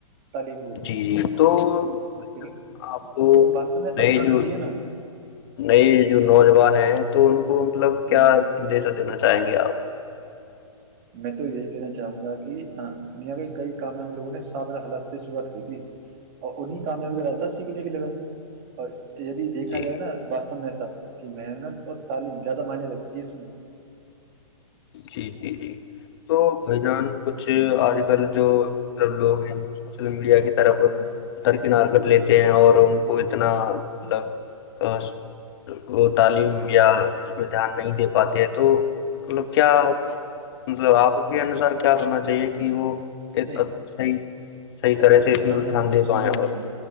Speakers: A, on the right; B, on the left.
A: تعلیم کو
B: جی جی تو بھائی
A: لیکن
B: جان آپ کو
A: لیکن واستو میں ایسا
B: نئے
A: ہونا نہیں
B: جو
A: چاہیے نا
B: نئے جو نوجوان ہیں تو ان کو مطلب کیا
A: ہ
B: سدیش دینا چاہیں گے آپ
A: میں تو یہی دینا چاہوں گا کہ دنیا کے کئی کامیابی لوگوں نے سادار حالات سے شروعات کی تھی اور انیں کامیابی کا راہ سیکھنے کے لگن اور یدی دیکھا
B: جی
A: جائے نا با ایسا کہ محنت اور تعلیم زیادہ معنی لگتی ہے اس میں
B: جی جی جی تو بھائی جان کچھ آج کل جو مطلب لوگ ہیں وہ سوشل میڈیا کے طرف
A: ہ
B: ترکینار کر لیتے اور ان کو اتنا مطلب وہ تعلیم یا اس پ دھیان نہیں دے پاتے ہیں تو مطلب کیا م آپ کے انوسار کیا کرنا چاہیے کہ وہ ایک
A: نہیں
B: صحیح صحیح
A: ج
B: طرح سے
A: جنا جنا
B: دھیان دے
A: سنوں
B: پائیں
A: مری
B: اور
A: بات س